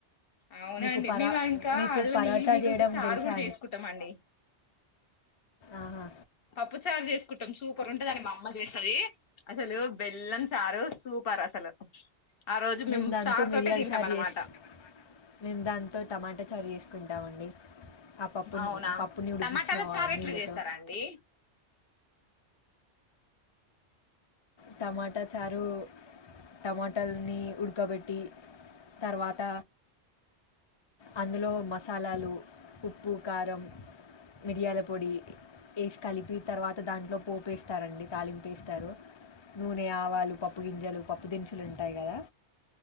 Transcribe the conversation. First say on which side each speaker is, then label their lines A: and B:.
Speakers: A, on the left (about 60°); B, on the left (about 35°).
A: అవునండి
B: మీకు పరా
A: మేము ఇంకా
B: మీకు
A: అళ్ళ ఇంకా
B: పరోటా
A: నీళ్లు మిగిలితే
B: చేయడం
A: చారు
B: తెలుసా
A: కూడా చేసుకుంటాం, అండి
B: ఆహా.
A: పప్పు చారు చేసుకుంటాం సూపర్ ఉంటదండి, మా అమ్మ చేస్తుంది అసలు బెల్లం చారు సూ సూపర్ అసలు ఆ రోజు
B: మేము దాంతో
A: చారు
B: మిరియాలు
A: తోటే తింటాం
B: చారు
A: అన్నమాట
B: చేస్ మేము దాంతో టమాటా చారు చేసుకుంటామండి. ఆ పప్పుని
A: అవునా
B: పప్పుని ఉడికించిన
A: టమాటాల
B: వా-
A: చారు
B: నీళ్ళతో
A: ఎట్లా చేస్తారా, అండి
B: టమాటా చారు టమాటల్ని ఉడకబెట్టి, తర్వాత అందులో మసాలాలు ఉప్పు, కారం మిరియాల పొడి వేసి కలిపి తర్వాత దాంట్లో పోపేస్తారండి తాలింపు వేస్తారు, నూనె ఆవాలు పప్పు గింజలు పప్పు దిసులుంటాయి కదా